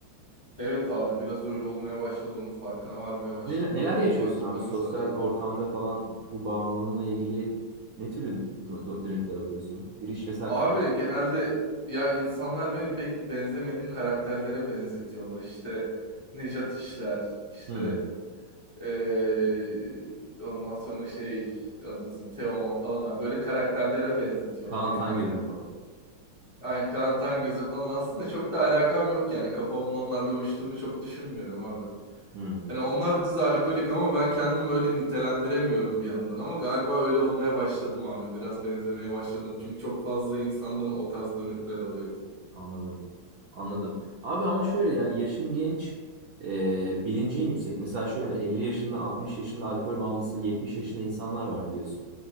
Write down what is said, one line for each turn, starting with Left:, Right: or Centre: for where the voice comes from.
Left: Evet abi biraz öyle olmaya başladı onun farkına varmaya başladım
Right: Neler, neler
Left: abi.
Right: yaşıyorsun
Left: Bu artık
Right: abi
Left: bana
Right: sosyal
Left: zarar
Right: ortamda
Left: vermiyor.
Right: falan bu bağımlılığınla ilgili ne türlü dö- dö- dönütler alıyorsun? Bir iş mesela
Left: Abi
Right: kı-
Left: genelde ya insanlar beni pek benzemediğim karakterlere benzetiyorlar. İşte Nejat İşler, işte
Right: hmm,
Left: eee, ondan sonra şey adını Teoman falan abi böyle karakterlere benzetiyorlar
Right: Kaan
Left: genelde.
Right: Tangöz'e falan.
Left: Ay, Kaan Tangöz'e falan aslında çok da alakam yok yani. Kafamın onlarla uyuştuğunu çok düşünmüyorum abi.
Right: Hmm.
Left: Hani onlar düz alkolik ama ben kendimi öyle nitelendiremiyorum bir yandan. Ama galiba öyle olmaya başladım abi. Biraz benzemeye başladım. Çünkü çok fazla insandan o tarz dönükler alıyorum.
Right: Anladım. Anladım. Abi ama şöyle yani yaşın genç, e, bilincin yüksek. Mesela şöyle 50 yaşında, 60 yaşında alkol bağımlısı, 70 yaşında insanlar var biliyorsun.